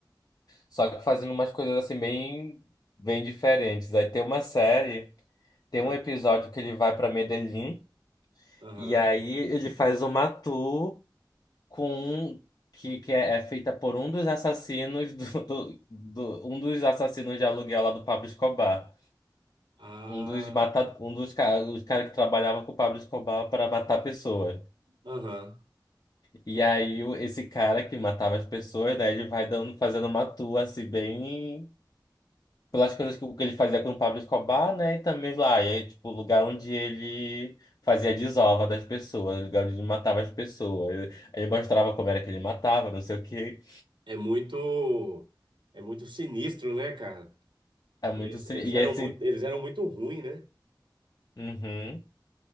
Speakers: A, on the left; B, on the right.
A: só que fazendo umas coisas assim bem, bem diferentes. Aí tem uma série, tem
B: ah,
A: um episódio que ele vai para Medellín
B: aham.
A: e aí ele faz uma tour com um que, que é, é feita por um dos assassinos do, <laughs> do, do- um dos assassinos de aluguel lá do Pablo Escobar.
B: Ah,
A: Um dos mata, um dos ca- os cara que trabalhava com o Pablo Escobar para matar pessoas.
B: aham.
A: E aí o- esse cara que matava as pessoas, né, ele vai dando fazendo uma tour assim bem pelas coisas que, o que ele fazia com o Pablo Escobar, né, e também lá, e aí, tipo, o lugar onde ele fazia a desova das pessoas, o lugar onde ele matava as pessoas. Ele mostrava como era que ele matava, não sei o quê.
B: é muito é muito sinistro, né, cara?
A: É muito
B: Eles,
A: assim.
B: eles
A: E
B: eram
A: é assim,
B: muito eles eram muito ruins, né?
A: uhum,